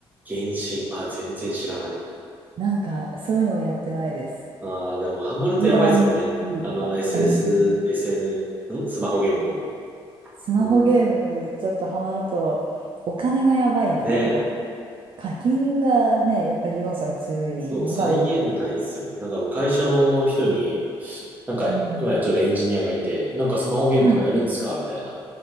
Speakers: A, on the right; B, on the right.
A: 原神。あ、全然知らない。
B: なんかそういうのはやってないです。
A: ああ、でもハマるとやばいですもんね。
B: グランブルーとか。
A: あの、SS、
B: <laughs>
A: SN、んスマホゲームも。
B: スマホゲームちょっとハマるとお金がやばいなと思って、
A: うん。ねえ。
B: 課金がね、やっぱり要素が強いのが多いの。
A: そう、再現ないですよ。なんか会社の人に、なんか、
B: うん。
A: 今ちょうどエンジニアがいて、なんかスマホゲームとかやるんですかみたいな。
B: はい。